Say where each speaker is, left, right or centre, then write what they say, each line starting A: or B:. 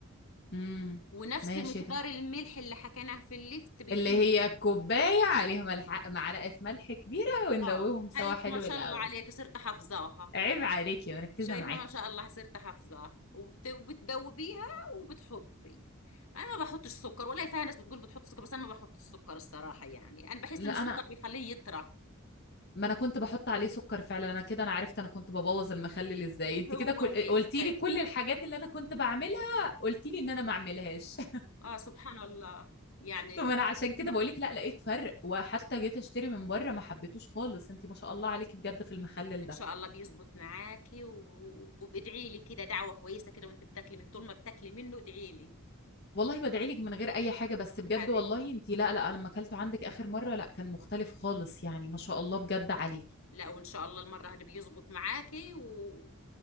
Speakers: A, on the left; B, on the left.
A: امم
B: ونفس
A: ماشي
B: مقدار
A: ده.
B: الملح اللي حكيناه في الليفت بيكون
A: اللي هي
B: كده
A: كوباية عليهم الح... معلقة ملح كبيرة وندوبهم
B: اه
A: سوا
B: هيك
A: حلو
B: ما شاء
A: الأول
B: الله عليك صرت حافظاها
A: عيب عليكي مركزة
B: شايفة
A: معاكي
B: ما شاء الله صرت حافظاها وبت... وبتذوبيها وبتحطي انا ما بحطش سكر ولا فيها ناس بتقول بتحط سكر بس انا ما بحط السكر الصراحة يعني انا بحس
A: لا
B: ان السكر
A: أنا
B: بيخليه يطرى
A: ما أنا كنت بحط عليه سكر فعلا أنا كده أنا عرفت أنا كنت ببوظ المخلل إزاي أنت
B: هو
A: كده كل...
B: هيك
A: قلتي
B: بس
A: لي كل الحاجات اللي أنا كنت بعملها قلتي لي إن أنا ما أعملهاش <laughs>
B: اه سبحان الله يعني
A: طب أنا عشان كده بقولك لا لقيت فرق وحتى جيت أشتري من بره ما حبيتوش خالص أنت ما شاء الله عليكي بجد في المخلل
B: ان
A: ده
B: شاء الله بيزبط معاكي و... وبادعي لي كده دعوة كويسة كده وانت بتاكلي من طول ما بتاكلي منه ادعي لي
A: والله بدعي لك من غير اي حاجه بس بجد
B: حبيبتي
A: والله انت لا لا لما اكلته عندك اخر مره لا كان مختلف خالص يعني ما شاء الله بجد عليك
B: لا وان شاء الله المره هذه بيزبط معاكي و...